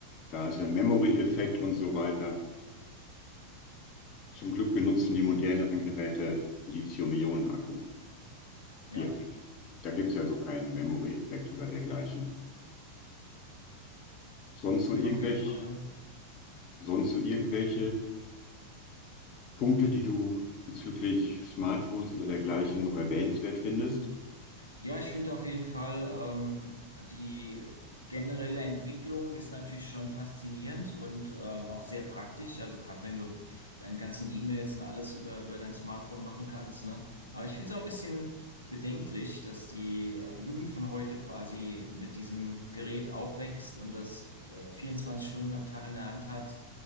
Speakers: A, on the left; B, on the left.
A: Da ist ein Memory-Effekt und so weiter. Zum Glück benutzen die moderneren Geräte Lithium-Ionen-Akku
B: Ja,
A: direkt. Da gibt's ja so keinen Memory-Effekt oder dergleichen. Sonst so
B: ja,
A: irgendwelche,
B: auf jeden Fall.
A: sonst so irgendwelche Punkte, die du bezüglich Smartphones oder dergleichen noch erwähnenswert findest?
B: Ja, ich finde auf jeden Fall, ähm, die generelle Entwicklung ist natürlich schon faszinierend und ähm, auch sehr praktisch. Also gerade wenn du deine ganzen E-Mails und alles über, über dein Smartphone machen kannst, ne? Aber ich finde es auch ein bisschen bedenklich, dass die äh, Jugend von heute quasi mit diesem Gerät aufwächst und das äh, 24 Stunden am Tag in der Hand hat